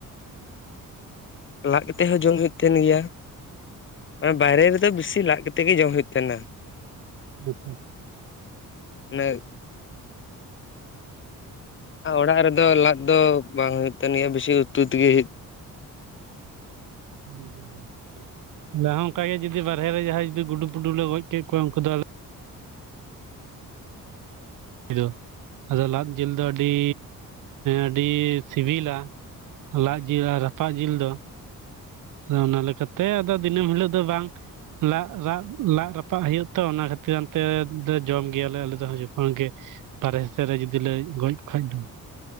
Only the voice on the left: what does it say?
ᱞᱟᱫ ᱠᱟᱛᱮ ᱦᱚᱸ ᱡᱚᱢ ᱦᱩᱭᱩᱜ ᱛᱟᱦᱮᱱ ᱜᱮᱭᱟ ᱚᱱᱟ ᱵᱟᱭᱨᱮ ᱨᱮᱫᱚ ᱵᱤᱥᱤ ᱞᱟᱫ ᱠᱟᱛᱮ ᱛᱮᱜᱮ ᱡᱚᱢ ᱦᱩᱭᱩᱜ ᱛᱟᱦᱮᱱᱟ
ᱚᱱᱮ ᱚᱲᱟᱜ ᱨᱮᱫᱚ ᱞᱟᱫ ᱫᱚ ᱵᱟᱝ ᱦᱩᱭᱩᱜ ᱛᱟᱦᱮᱱ ᱜᱮᱭᱟ ᱵᱮᱥᱤ ᱩᱛᱩ ᱛᱮᱜᱮ ᱦᱩᱭᱩᱜ